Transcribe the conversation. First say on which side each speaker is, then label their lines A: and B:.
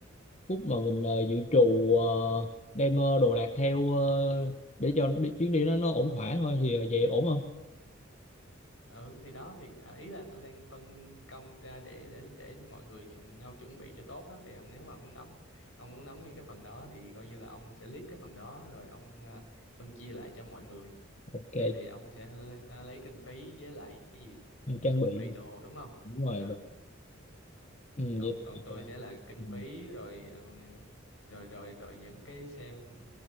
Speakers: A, on the left; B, on the left.
A: phút mà mình ờ, dự trù ờ, đem ờ, đồ đạc theo ờ, để cho đi- chuyến đi nó nó ổn thỏa thôi thì ờ, vậy ổn không?
B: ừ thì đó thì à, ý là tôi đang phân công ra để để để mọi người cùng nhau chuẩn bị cho tốt á thì ông nếu mà ông nắm ông muốn nắm những cái phần đó thì coi như là ông sẽ lead cái phần đó rồi ông à, phân chia lại cho mọi người
A: Ok,
B: vậy thì ông sẽ l- à, lấy kinh phí với lại cái gì
A: mình trang
B: chuẩn
A: bị
B: bị
A: nè.
B: đồ đúng không
A: đúng rồi
B: ừ
A: rồi. Ừ,
B: còn
A: vậy
B: còn
A: thì,
B: tôi
A: ờ,
B: sẽ là kinh
A: ừ.
B: phí rồi ờ, rồi rồi rồi những cái xem